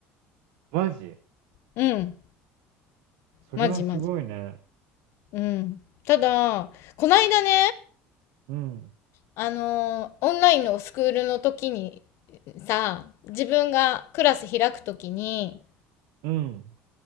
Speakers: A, on the right; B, on the left.
A: マジ
B: う。うん、
A: それはすごいね。
B: マジマジ。うん。ただ、こないだね、
A: うん、
B: あのーオンラインのスクールの時に、さ、自分がクラス開く時に、
A: うん、